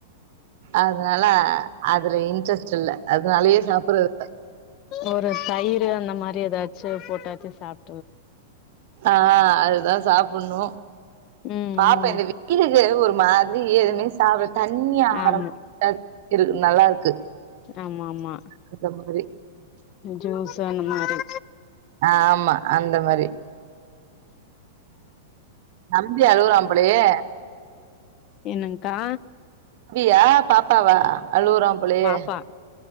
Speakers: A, on the right; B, on the left.
A: அதுனால அதுல இன்ட்ரெஸ்ட் இல்ல அதுனாலயே சாப்டுறது இல்ல
B: ஒரு தயிரு அந்த மாரி ஏதாச்சு போட்டாச்சு சாப்
A: ஆ அதுதா சாப்புண்ணு
B: ம்
A: பாப்ப
B: ம்
A: இந்த வீ <unintelligible> ஒரு மாதிரி எதுமே சாப்ட தண்ணி ஆகாரமா
B: ஆமா
A: இரு நல்லா இருக்கு
B: ஆமா ஆமா
A: அந்த மாரி
B: ஜூஸ் அந்த மாரி
A: ஆமா அந்த மாரி நம்பி அழுவுறா போலயே
B: என்னங்க்கா
A: தம்பியா பாப்பாவா அழுவுறா போலயே
B: பாப்பா